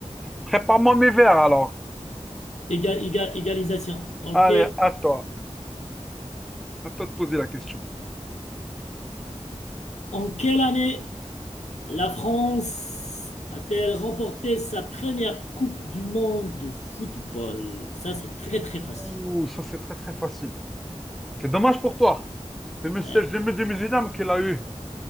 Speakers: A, in the centre; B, on the left.
A: Prépare-moi mes verres, alors.
B: Éga- éga- égalisation. Ok.
A: Allez, à toi. À toi de poser la question.
B: En quelle année la France a-t-elle remporté sa première Coupe du monde de football? Ça, c'est très, très facile.
A: Ouh, ça, c'est très, très facile. C'est dommage pour toi. C'est le message
B: Ouais.
A: de mes musulmans qu'il a eu.